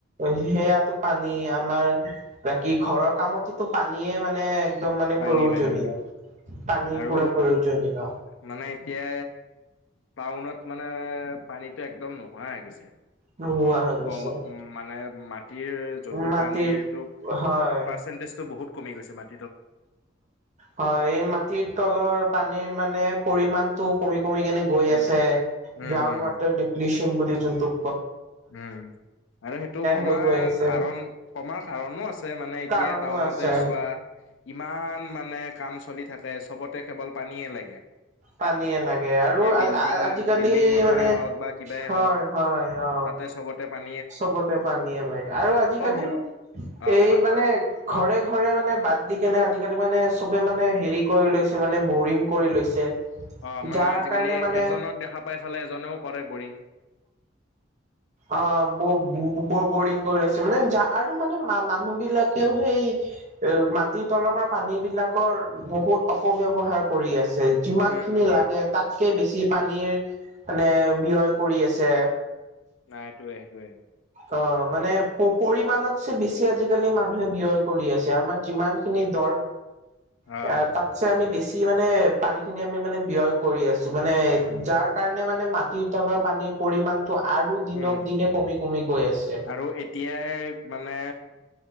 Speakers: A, on the right; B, on the left.
A: সেয়াটো পানী আমাৰ বাকী <unintelligible> ঘৰৰ কামতোতো পানীয়ে মানে একদম মানে
B: পানী
A: প্ৰয়োজনীয়।
B: পানী
A: পানী
B: আৰু
A: পুৰা প্ৰয়োজনীয়।
B: মানে এতিয়া টাউনত মানে পানীতো একদম নোহোৱা হৈ গৈছে।
A: নোহোৱা হৈ গৈছে
B: তল উম মানে মাটিৰ যোনটো
A: মাটিৰ
B: পানীৰটো।
A: হয়
B: পাৰ্চেন্টেজটো বহুত কমি গৈছে মানে।
A: হয় এই মাটিৰ তলৰ পানীৰ মানে পৰিমাণতটো কমি। কমি কেনে গৈ
B: উম,
A: আছে
B: উম,
A: গ্ৰাউণ্ড
B: উম,
A: ৱাটাৰ দিপ্লিছিয়ান বুলি যোনটো।
B: উম আৰু সেইটো কমাৰ
A: হৈ গৈ আছে।
B: কাৰণ কমাৰ কাৰণো আছে। মানে এতিয়া
A: কাৰণো
B: টাউনতে
A: আছে
B: চোৱা ইমান মান। মানে কাম চলি থাকে চবতে কেৱল পানীয়ে লাগে।
A: পানীয়ে লাগে আৰু
B: এই বিল্ডিং
A: আজিকালি
B: বিল্ডিং বনোৱাই
A: মানে
B: হওঁক বা কিবাই
A: হয়
B: হওঁক।
A: হয় অ
B: তাতে চবতে পানী।
A: চবতে পানী লাগে আৰু আজিকালি
B: সেই অ'
A: এই
B: কোৱা।
A: মানে। ঘৰে ঘৰে মানে বাদ দি কেনে আজিকালি মানে চবে মানে হেৰি কৰি লৈছে মানে বৰিং কৰি লৈছে।
B: অ মানে
A: যাৰ
B: আজিকালি
A: কাৰণে মানে
B: এজনক দেখা পাই ফালে এজনেও কৰে বৰিং।
A: অ ব ব বৰিং কৰি লৈছে মানে আৰু মানে মানুহ বিলাকেও সেই। এ মাটিৰ তলৰ পৰা পানী বিলাকৰ বহুত অপব্যৱহাৰ কৰি আছে। যিমান
B: উম,
A: খিনি
B: উম,
A: লাগে তাত। বেছি পানীৰ মানে ব্যয় কৰি আছে।
B: নাই সেইটোয়ে সেইটোয়ে।
A: অ মানে পৰিমাণত চে বেছি আজিকালি মানুহে ব্যয় কৰি আছে আমাৰ যিমান খিনি দ।
B: অ'
A: <unintelligible> তাত যে আমি বেছি মানে পানী খিনি আমি মানে ব্যয় কৰি আছো। মানে
B: উম,
A: যাৰ কাৰণে মানে মাটিৰ তলৰ পানীৰ পৰিমানটো আৰু দিনক
B: উম।
A: দিনে কমি। কমি গৈ আছে
B: আৰু এতিয়াই মানে।